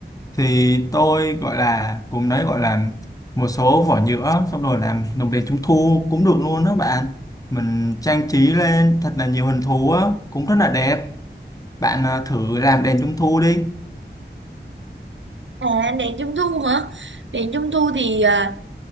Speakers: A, on the left; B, on the right.
A: thì tôi gọi là cùng đấy gọi là một số vỏ nhựa xong rồi làm lồng đèn trung thu cũng được luôn đó bạn mình trang trí lên thật là nhiều hình thú á cũng rất là đẹp bạn à, thử làm đèn trung thu đi
B: à đèn trung thu hả đèn trung thu thì à,